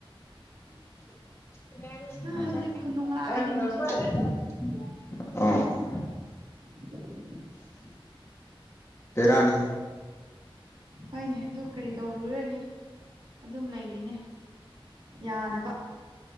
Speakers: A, on the left; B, on the right.
A: ꯑ
B: ꯍꯧꯖꯤꯛ
A: ꯍ
B: ꯈꯨꯅꯨꯡꯉꯥꯏꯗꯤ ꯅꯨꯡꯁꯤꯠ ꯂꯥꯛꯄꯗꯣ
A: ꯑꯣ
B: <inaudible>
A: ꯄꯦꯔꯥꯅꯤ
B: ꯍꯣꯏꯅꯦ ꯑꯗꯨ ꯀꯔꯤ ꯇꯧꯔꯨꯔꯅꯤ ꯑꯗꯨꯝ ꯂꯩꯔꯤꯅꯦ ꯌꯥꯅꯕ